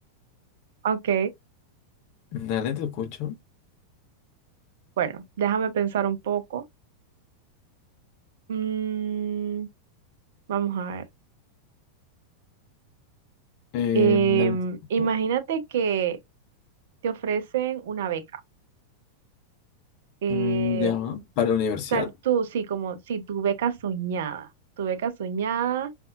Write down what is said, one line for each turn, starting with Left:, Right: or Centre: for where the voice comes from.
Right: Ok,
Left: Dale, te escucho.
Right: bueno, déjame pensar un poco. Mm, vamos a ver.
Left: Eh,
Right: Em,
Left: dale, te escucho.
Right: imagínate que te ofrecen una beca. Eh,
Left: Mm, ya, para la universidad.
Right: O sea, tú sí, como si tu beca soñada, tu beca soñada